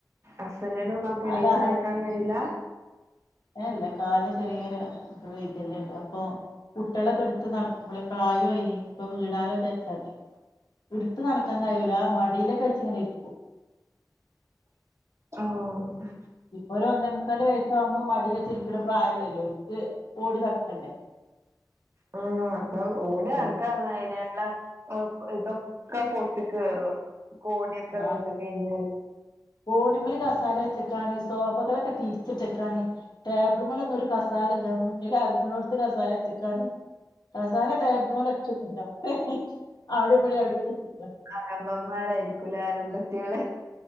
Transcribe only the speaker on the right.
അസ്സനീന് ഉമ്മാക്ക്
എണീച്ച നടക്കാൻ കഴിയൂല
ആഹ്
ആ അപ്പൊ ഓടി
നടക്കാന്നപറഞ്ഞ അയിനുള്ള ഇതൊക്കെ പൊത്തി കയറും കോണിയൊക്കെ
കണ്ട് കഴിഞ്ഞാൽ
അലമ്പന്മാരായിരിക്കൂല്ലേ അലമ്പത്തികള്